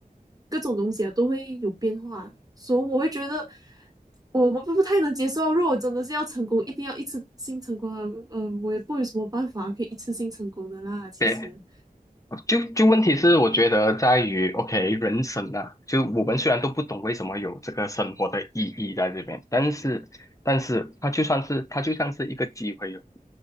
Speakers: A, on the right; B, on the left.
A: 各种东西啊，都会有变化，所以我会觉得我们不不太能接受。如果真的是要成功，一定要一次性成功啊，嗯、我也不有什么办法可以一次性成功的啦。其实
B: 对，就就问题是，我觉得在于，OK，人生啊，就我们虽然都不懂为什么有这个生活的意义在这边，但是，但是它就算是它就像是一个机会哦，